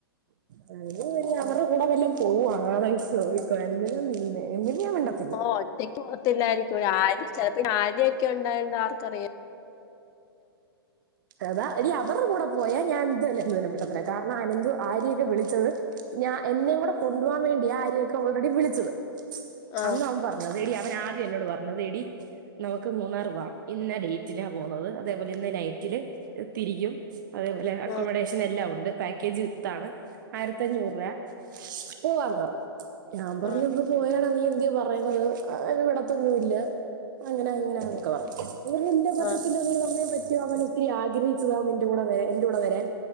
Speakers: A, on the right; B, on the left.
A: അത് പിന്നെ അവര്ടെ കൂടെ വല്ലൊം പോവാണെങ്കി നോക്കിക്കോ എന്നാ പിന്നെ മിണ്ടതില്ല
B: ഓഹ് ഒറ്റയ്ക്ക് പോവത്തില്ലായിരിക്കു ആര് ചെലപ്പൊ ഇ ആര്യൊക്കെ ഇണ്ടായോണ്ട് ആർക്കറിയാം
A: അതാ എടീ അവറ്ട കൂട പോയാ ഞാൻ ഇതല്ല എ തന്നെ മിണ്ടത്തില്ല. കാര്ണം അനന്തു ആര്യയൊക്കെ വിളിച്ചത്... ഞാ എന്നേം കുട കൊണ്ടു പോവാൻ വേണ്ട്യ ആര്യക്കെ ഓൾറെഡി വിളിച്ചത്.
B: ആ
A: അന്ന് അവൻ പർ അതേടീ അവനാദ്യെ എന്നോട് പറഞ്ഞത്, എടീ? നമുക്ക് മൂന്നാറ് പോവാം. ഇന്ന ഡെയ്റ്റില പോവ്ന്നത്. അതേപോലെ ഇന്ന് നൈറ്റില്... തിരിക്കും. അതെപോലെ അക്കൊമൊഡേ
B: ആ
A: ഷനെല്ലാം ഉണ്ട്. പാക്കേജ് വിത്താണ് ആയിരത്തഞ്ഞൂറ് രൂവ്യാ, പോവാന്ന് പർഞ്ഞു. ഞാ പർഞ്ഞു
B: ആ
A: ഇന്ന്... പോയേടാ നീ എന്തെ പറയുന്നത്? എന്നെ വിടത്തൊന്നൂല്ല അങ്ങന ഇങ്ങന ന്നൊക്ക പറഞ്ഞു. അവനില്ലാതെ പറ്റത്തില്ല അവനെന്തേ
B: ആ
A: പറ്റതില്ലാ നീ വന്നെ പറ്റു അവൻ ഇത്തിരി ആഗ്രഹിച്ചതാ നിന്റെ കൂടെ വരാൻ എന്റൂട വരാൻ.